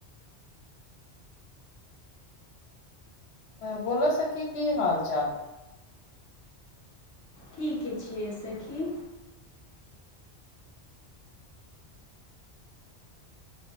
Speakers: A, on the left; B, on the left.
A: हँ बोलू सखी की हाल चाल।
B: ठीक छै सखी।